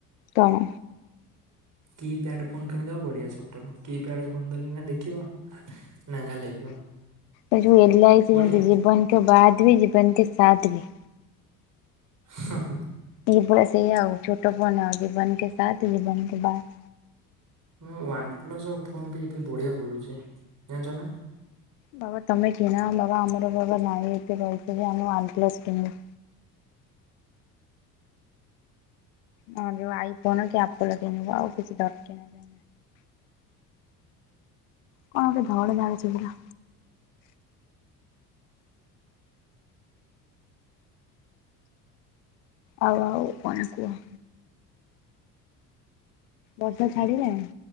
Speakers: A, on the left; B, on the right.
A: କଣ?
B: କି ପ୍ୟାଡ ଫୋନ୍ କିଣିଦବ ବଢିଆ ସବୁଠାରୁ କି ପ୍ୟାଡ ଫୋନ ଧରିକି ନା ଦେଖିବ। ନାଙ୍ଘା ଲାଗିବ।
A: ଏଇ ଯୋଉ ଏଲ ଆଇ ସି
B: ବଢିଆ
A: ଯେମତି ଜୀବନ କେ ବାଦ୍ ବି ଜୀବନ କେ ସାଥ ବି।
B: ହ ହ
A: ଇଏ ପୁରା ସେୟା ଆଉ ଛୋଟ ଫୋନ ହ ଜୀବନ କେ ସାଥ ଜୀବନ କେ ବାଦ୍।
B: ମୁ ୱାନ ପ୍ଲସ ଫୋନ ବି ଏବେ ବଢିଆ ପଡୁଛି ଜାଣିଛ ନା?
A: ବାବା ତମେ କିଣ ବାବା ଆମର ବାବା ନାଇଁ ଏତେ ପଇସା ଯେ ଆମେ ୱାନ୍ ପ୍ଲସ୍ କିଣିବୁ। ହଁ ଯୋଉ ଆଇ ଫୋନ କି ଆପଲ କିଣିବ ଆଉ କିଛି ଦରକାରନା କଣ ଗୋଟେ ଧଡ ଧାଡ଼୍ ଶୁଭିଲା। ଆଉ ଆଉ କଣ କୁହ? ବର୍ଷା ଛାଡ଼ିଲାଣି?